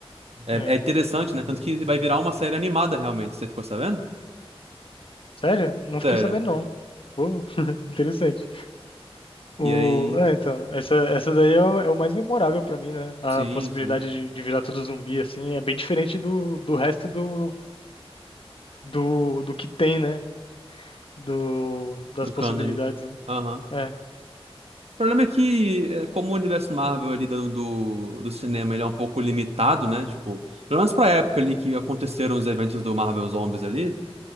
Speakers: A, on the right (about 85°); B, on the left (about 60°).
A: é,
B: né?
A: é interessante, né? Tanto que vai virar uma série animada, realmente. Você ficou sabendo?
B: Sério? Não
A: Sério.
B: fiquei sabendo, não. Pô, <laughs> interessante.
A: E
B: O...
A: aí.
B: É, então, essa, essa daí é o, é o mais memorável pra mim, né? A
A: Sim,
B: possibilidade
A: sim.
B: de, de virar tudo zumbi, assim, é bem diferente do, do resto do, do, do que tem, né? Do, das
A: Do
B: possibilidades.
A: cânone.
B: né?
A: Aham.
B: É,
A: O problema é que, é, como o universo Marvel ali do, do, do cinema ele é um pouco limitado, né? Tipo, pelo menos pra época ali que aconteceram os eventos do Marvel Zombies ali.